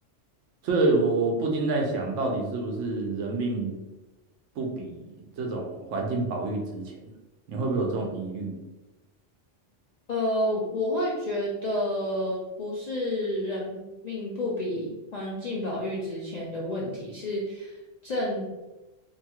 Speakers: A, on the right (about 75°); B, on the left (about 60°).
A: 所以我不禁在想，到底是不是人命不比这种环境保育值钱？你会不会有这种疑虑？
B: 呃，我会觉得不是人命不比环境保育值钱的问题，是正。